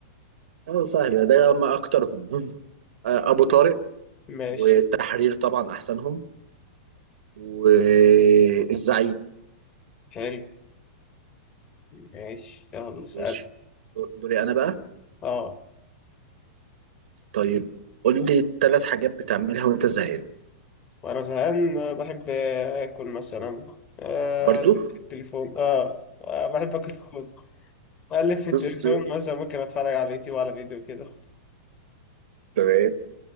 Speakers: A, on the right (about 70°); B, on the left (about 20°).
A: اه سهلة ده ما أكترهم <laughs> آه، أبو طارق
B: ماشي
A: والتحرير طبعا أحسنهم والزعيم
B: حلو ماشي يلا اسأل
A: ماشي دور- دوري أنا بقى
B: اه
A: طيب قول لي تلات حاجات بتعملها وأنت زهقان
B: وأنا زهقان آه، بحب آكل مثلا آه،
A: برضو
B: أقلب في التليفون اه آه، بحب آكل في الفود أقلب في التليفون
A: بص
B: مثلا ممكن أتفرج على يوتيوب وعلى فيديو كده
A: تمام